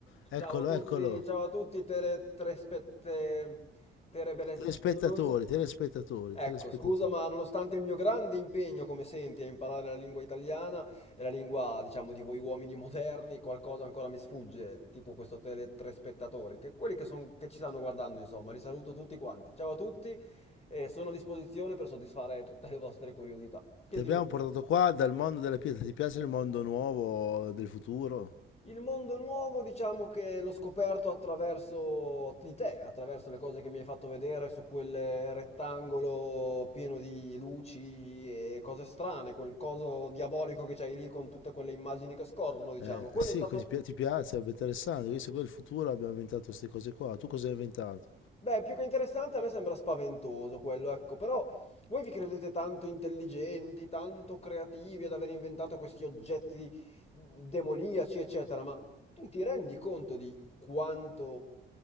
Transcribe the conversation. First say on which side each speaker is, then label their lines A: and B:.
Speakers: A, on the left (about 80°); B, on the left (about 30°).
A: eccolo,
B: Ciao a tutti,
A: eccolo.
B: ciao a tutti, tere, tre spe- te- terebeles-
A: Telespettatori,
B: non non so.
A: telespettatori,
B: Ecco,
A: telespettatori.
B: scusa, ma nonostante il mio grande impegno, come senti, a imparare la lingua italiana e la lingua, diciamo, di voi uomini moderni, qualcosa ancora mi sfugge, tipo questo tele tre spettatori, che quelli che, son- che ci stanno guardando, insomma, li saluto tutti quanti. Ciao a tutti e sono a disposizione per soddisfare tutte le vostre curiosità. Chiedimi
A: Ti abbiamo
B: pure.
A: portato qua dal mondo della pietra, ti piace il mondo nuovo del futuro?
B: Il mondo nuovo, diciamo che l'ho scoperto attraverso di te, attraverso le cose che mi hai fatto vedere su quel rettangolo pieno di luci e cose strane, quel coso diabolico che c'hai lì con tutte quelle immagini che scorrono, diciamo.
A: Eh,
B: Quello
A: sì,
B: è stato
A: que- ti pi- ti piace, è interessante, visto che il futuro abbiamo inventato queste cose qua, tu cosa hai inventato?
B: Beh, più che interessante, a me sembra spaventoso quello, ecco, però voi vi credete tanto intelligenti, tanto creativi ad aver inventato questi oggetti demoniaci, eccetera, ma tu ti rendi conto di quanto